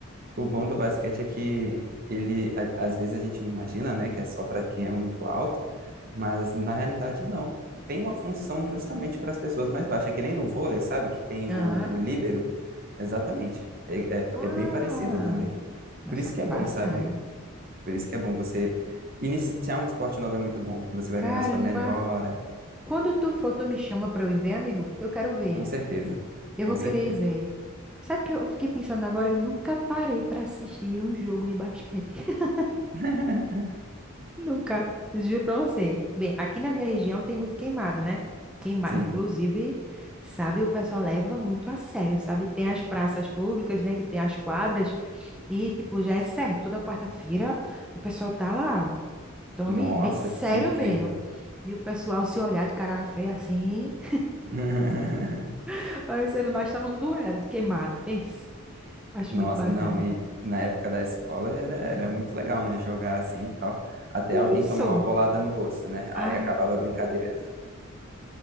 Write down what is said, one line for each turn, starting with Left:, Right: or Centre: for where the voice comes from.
Right: O bom do basquete é que ele, a- às vezes a gente imagina, né, que é só para quem é muito alto, mas na realidade não. Tem uma função justamente para as pessoas mais baixas, é que nem no vôlei, sabe, que tem
Centre: Aham.
Right: o, o líbero, exatamente. É, é,
Centre: Ah.
Right: é bem parecido também.
Centre: Nossa,
Right: Por isso que é bom,
Centre: passada.
Right: sabe? Por isso que é bom você iniciar um esporte novo é muito bom, que você vai
Centre: Caramba!
Right: ver na sua melhora,
Centre: Quando tu for, tu me chama pra eu ir ver, amigo? Eu quero ver.
Right: com certeza,
Centre: Eu
Right: com
Centre: vou
Right: certeza.
Centre: querer ir ver. Sabe o que eu fiquei pensando agora? Eu nunca parei pra assistir um jogo de basquete. <laughs>
Right: <laughs>
Centre: Nunca. Juro pra você. Bem, aqui na minha região tem muito queimado, né? Queimado.
Right: Sim.
Centre: Inclusive, sabe, o pessoal leva muito a sério, sabe? Tem as praças públicas, né? Que tem as quadras. E, tipo, já é certo. Toda quarta-feira o pessoal tá lá. Tome
Right: Nossa,
Centre: bem sério
Right: que incrível.
Centre: mesmo. E o pessoal se olhar de cara feia assim,
Right: <laughs>
Centre: <laughs> parecendo mais estar num duelo de queimado. Pense. Acho
Right: Nossa,
Centre: muito bacana.
Right: não, e na época da escola era, era muito legal, né? Jogar assim e tal. Até
Centre: Isso.
Right: alguém tomar uma bolada no rosto, né?
Centre: Ah,
Right: Aí acabava a brincadeira.